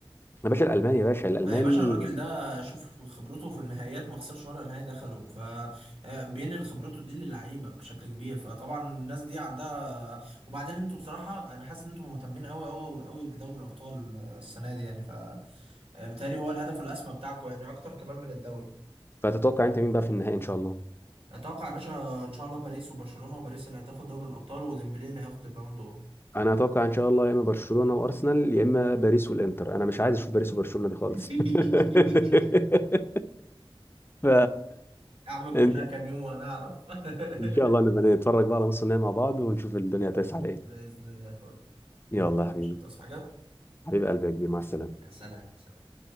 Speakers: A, on the left; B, on the right.
A: يا باشا الالماني يا باشا الالماني
B: آه، يا باشا الراجل ده شوف خبرته في النهائيات ما خسرش ولا نهائي دخله فبينقل خبرته دي للعيبه بشكل كبير فطبعا الناس دي عندها وبعدين انتوا بصراحه انا حاسس ان انتوا مهتمين قوي قوي قوي بدوري الابطال آه، السنه دي يعني فبالتالي هو الهدف الاسمى بتاعكم يعني اكتر كمان من الدوري
A: فتتوقع انت مين بقى في النهائي ان شاء الله
B: اتوقع يا باشا ان شاء الله باريس وبرشلونه وباريس اللي هتاخد دوري الابطال وديمبلي اللي هياخد البالون دور
A: انا اتوقع ان شاء الله يا اما برشلونه وارسنال يا اما باريس والانتر انا مش عايز اشوف باريس وبرشلونه دي خالص
B: <laughs>
A: <laughs> ف
B: اعمل كلها
A: ان
B: كام يوم وانا اعرف <laughs>
A: إن شاء الله نبقى نتفرج بقى على نص النهائي مع بعض ونشوف الدنيا هتسعى على ايه
B: باذن الله يا اخويا ماشي
A: يلا يا حبيبي
B: مش هتصحى حاجه
A: حبيب قلبي يا كبير مع السلامه
B: يا سلام سلام